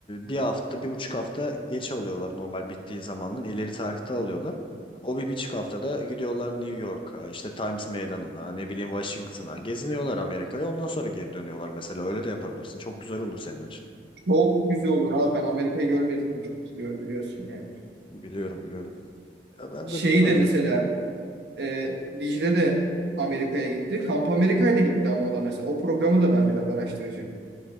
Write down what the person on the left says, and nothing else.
bir hafta, bir buçuk hafta geç alıyorlar normal bittiği zamandan. ileri tarihte alıyorlar. O bir buçuk haftada gidiyorlar New York'a, işte Times Meydanı'na, ne bileyim Washington'a. Geziniyorlar Amerika'ya ondan sonra geri dönüyorlar mesela. Öyle de yapabilirsin. Çok güzel olur senin için.
Biliyorum biliyorum. Ya ben
de bilmiyorum.